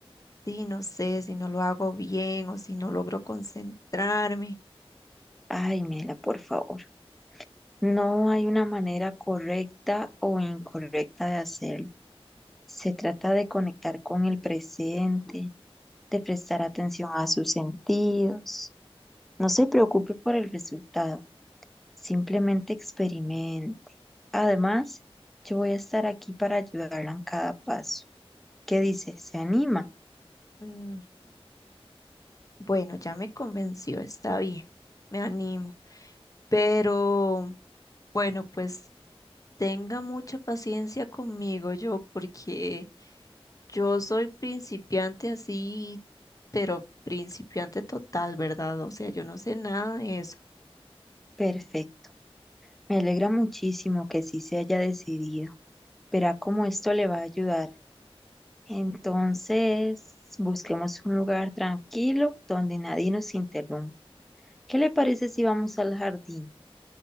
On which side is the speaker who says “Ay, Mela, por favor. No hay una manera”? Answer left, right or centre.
Centre